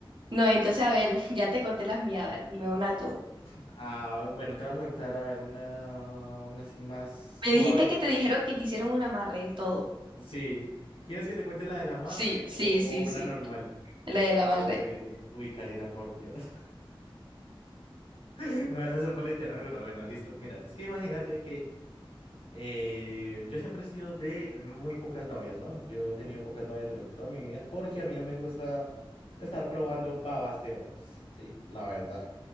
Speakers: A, on the right; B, on the left.
A: No, entonces, a ver, <laughs> ya te conté las mías, a ver, dime una tú.
B: Ah, bueno, te voy a contar, a ver, una, una así más
A: Me
B: suave.
A: dijiste que te dijeron que te hicieron un amarre y todo.
B: Sí, ¿quieres que te cuente la del amarre
A: Sí, sí,
B: o,
A: sí,
B: o una
A: sí,
B: normal?
A: la del amarre.
B: Uy, uy, Karina, por Dios. <laughs> Me vas a hacer poletearme, pero bueno, listo. Mira, es que imagínate que Eh, yo siempre he sido de muy pocas novias, ¿no? Yo he tenido pocas novias durante toda mi vida porque a mí no me gusta estar probando babas de otros, ¿sí? La verdad.